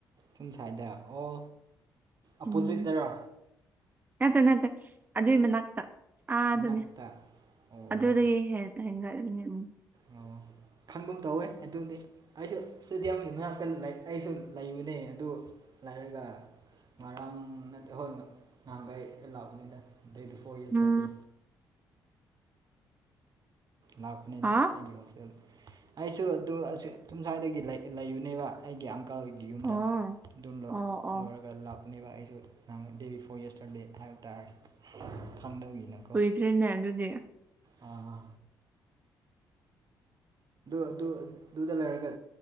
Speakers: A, on the right; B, on the right.
A: ꯁꯨꯝ ꯁ꯭ꯥꯏꯏꯗ ꯑꯣ ꯑꯄꯣꯖꯤꯠꯇꯔꯣ
B: ꯎꯝ ꯅꯠꯇꯦ ꯅꯠꯇꯦ ꯑꯗꯨꯏ ꯃꯅꯥꯛꯇ ꯑꯥꯗꯥꯅꯤ
A: ꯃꯅꯥꯛꯇ ꯑꯣ
B: ꯑꯗꯨꯗꯒꯤꯗꯒꯤ ꯍꯦꯟꯒꯠꯂꯤꯅꯦ ꯎꯝ
A: ꯑꯣ ꯈꯪꯒꯨꯝ ꯇꯧꯋꯦ ꯑꯗꯨꯗꯤ ꯑꯩꯁꯨ ꯏꯁꯇꯦꯗꯤꯌꯝꯒꯤ ꯉꯥꯛꯇ ꯑꯩꯁꯨ ꯂꯩꯕꯅꯦ ꯑꯗꯨ ꯂꯥꯏꯔꯒ ꯉꯔꯥꯡ ꯅꯠꯇꯦ ꯍꯣꯏ ꯅꯍꯥꯟꯒꯩ ꯂꯥꯛꯄꯅꯤꯗ ꯗꯦ ꯕꯤꯐꯣꯔ ꯌꯦꯁꯇꯔꯗꯦ
B: ꯎꯝ
A: ꯂꯥꯛꯄꯅꯤꯗ
B: ꯍꯥ
A: ꯑꯩꯒꯤ ꯍꯣꯁꯇꯦꯜꯗ ꯑꯩꯁꯨ ꯑꯗꯨ ꯊꯨꯝꯁꯥꯏꯗꯒꯤ ꯂꯩꯕꯅꯦꯕ ꯑꯩꯒꯤ ꯑꯪꯀꯜꯒꯤ ꯒꯤ ꯌꯨꯝꯗ
B: ꯑꯣ
A: ꯑꯗꯨ
B: ꯑꯣ ꯑꯣ
A: ꯂꯣꯏꯔꯒ ꯂꯥꯞ ꯄꯅꯦꯕ ꯑꯩꯁꯨ ꯅꯪ ꯗꯦ ꯕꯤꯐꯣꯔ ꯌꯦꯁꯇꯔ ꯗꯦ ꯍꯥꯏꯕ ꯇꯥꯔꯦ ꯈꯪꯗꯕꯒꯤꯅ
B: ꯀꯨꯏꯗ꯭ꯔꯦꯅꯦ ꯑꯗꯨꯗꯤ
A: ꯑꯥ ꯍꯥ ꯑꯗꯨ ꯑꯗꯨꯗ ꯂꯩꯔꯒ